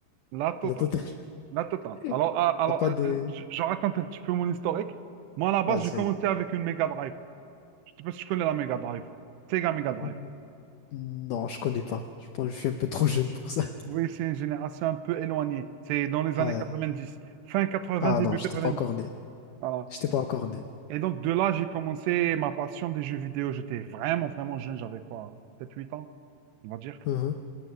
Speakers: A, on the right; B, on the left.
A: la totale,
B: La totale.
A: la totale.
B: <laughs>
A: Alors, ah, alors
B: T'as pas
A: euh,
B: de...
A: euh, je, je raconte un petit peu mon historique. Moi, à la base,
B: Vas-y,
A: j'ai commencé
B: vas-y.
A: avec une Mega Drive. Je sais pas si tu connais la Mega Drive. Sega Mega Drive.
B: Hmm, Non, je connais pas. Je pense que je suis un peu trop jeune pour ça. <laughs>
A: Oui, c'est une génération un peu éloignée. C'est dans les
B: Ouais.
A: années 90. Fin 80,
B: Ah
A: début
B: non, j'étais
A: 90.
B: pas encore né.
A: Voilà.
B: J'étais pas encore né.
A: Et donc, de là, j'ai commencé ma passion des jeux vidéo. J'étais vraiment, vraiment jeune. J'avais quoi? sept huit ans, on va dire.
B: Uhum,